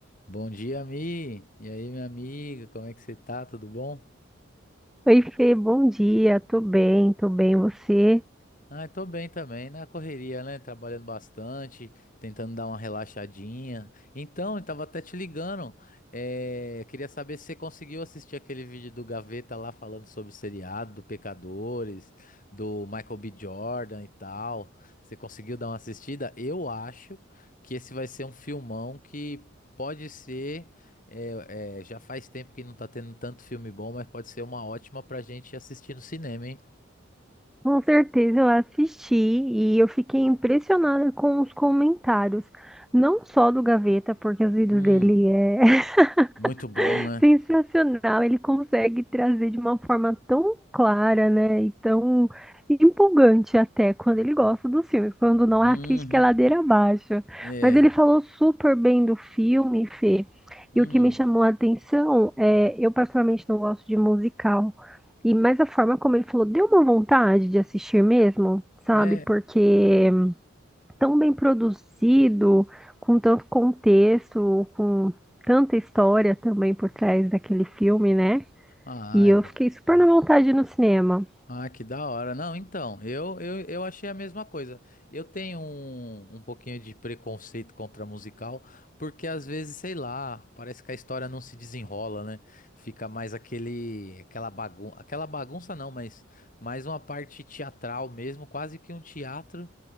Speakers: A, on the left; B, in the centre.
A: Bom dia, Mi. E aí, minha amiga, como é que você tá? Tudo bom?
B: Oi, Fê, bom dia. Tô bem, tô bem. Você?
A: Ah, tô bem também, na correria, né? Trabalhando bastante, tentando dar uma relaxadinha. Então, eu tava até te ligando. eh, Queria saber se você conseguiu assistir aquele vídeo do Gaveta lá falando sobre o seriado, do Pecadores, do Michael B. Jordan e tal. Você conseguiu dar uma assistida? Eu acho que esse vai ser um filmão que pode ser. eh, eh, já faz tempo que não tá tendo tanto filme bom, mas pode ser uma ótima pra gente assistir no cinema, hein?
B: Com certeza eu assisti e eu fiquei impressionada com os comentários, não só do Gaveta, porque os vídeos
A: Hum,
B: dele é <laughs>
A: muito
B: <laughs>
A: bom, né?
B: Sensacional, ele consegue trazer de uma forma tão clara, né? E tão empolgante até quando ele gosta dos filmes, quando não
A: Uhum.
B: a crítica é ladeira abaixo.
A: É.
B: Mas ele falou super bem do filme, Fê.
A: Hum.
B: E o que me chamou a atenção é, eu particularmente não gosto de musical. E mas a forma como ele falou, deu uma vontade de assistir mesmo, sabe?
A: É.
B: Porque tão bem produzido, com tanto contexto, com tanta história também por trás daquele filme, né?
A: Ah,
B: E
A: é
B: eu
A: bom.
B: fiquei super na vontade no cinema.
A: Ah, que da hora. Não, então, eu, eu, eu achei a mesma coisa. Eu tenho um, um pouquinho de preconceito contra musical, porque às vezes, sei lá, parece que a história não se desenrola, né? Fica mais aquele, aquela bagunça, aquela bagunça não, mas mais uma parte teatral mesmo, quase que um teatro,